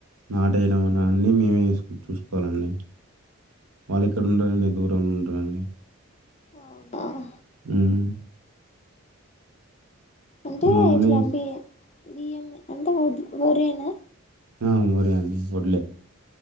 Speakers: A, on the right; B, on the left.
A: నాటేయడం అనా అన్ని మేమే వేసు చూసుకోవాలండి వాళ్ళిక్కడండ రడి దూరంంలో ఉడి వండి
B: ఆఓ హ
A: మ్మ్.
B: అంటే
A: మమ్మల్నే
B: ఇట్లాబి
A: చేస్
B: బిఎం అంట వరేనా
A: ఆ మరి అన్ని ఒడ్లే